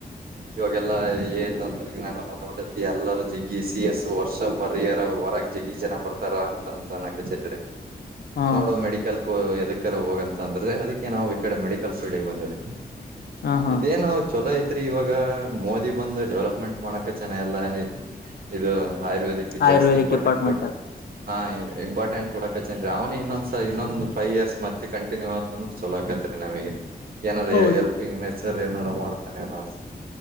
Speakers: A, on the right; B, on the left.
A: ಇವಾಗೆಲ್ಲಾ ಏಂತ ನಾನುಂದ್ಬಿಟ್ಟಿ ಎಲ್ಲರ ಜಿಗಿ ಸಿ ಎಸ್ ವರ್ಷ ಪರಿಯರ ಹೊರಗ್ ಜಿಗಿ ಜನ ಬರ್ತಾರ ಅಂತಂದ ಕಚಿದ್ರೆ
B: ಹಾ
A: ನೋಡು ಮೆಡಿಕಲ್ ಎದಕರ ಹೋಗ ಅಂತ ಅಂದ್ರೆ ಅದಕ್ಕೆ ನಾವು ಈ ಕಡೆ ಮೆಡಿಕಲ್ ಫೀಲ್ಡ್ಗೆ ಬಂದರಿ
B: ಹಾ ಹಾ
A: ಇದೇನ್ ಚೊಲೋ ಐತ್ರಿ ಇವಾಗ ಮೋದಿ ಬಂದು ಡೆವಲಪ್ಮೆಂಟ್ ಮಾಡಕ ಚೆನ್ನ ಎಲ್ಲ ಇದು ಆಯುರ್ವೇದಕ್
B: ಆಯುರ್ವೇದಿಕ್
A: ಜಾಸ್ತಿ ಇಂಪಾರ್ಟೆಂಟ್
B: ಡಿಪಾರ್ಟ್ಮೆಂಟ್
A: ಕೊ ಹಾ ಇಂಪಾರ್ಟೆಂಟ್ ಕೊಡಕತ್ತೇನ್ೀ ಅವನೇ ಇನ್ನೊಂದಸ ಇನ್ನೊಂದು ೈವ್ ಇಯರ್ಸ್ತ್ತೆ ಕಂಟಿನ್ಯೂ ಅತಂದ್ರೆ ಚಲ ಆಕತ್ತತ್ ನಮಗೆ ಏನಾರ
B: ಹೌದು
A: ಹೆಲ್ಪಿಂಗ್ ನೇಚರ್ ಏನಾರು ಮಾಡ್ತಾನೆ ನಾವು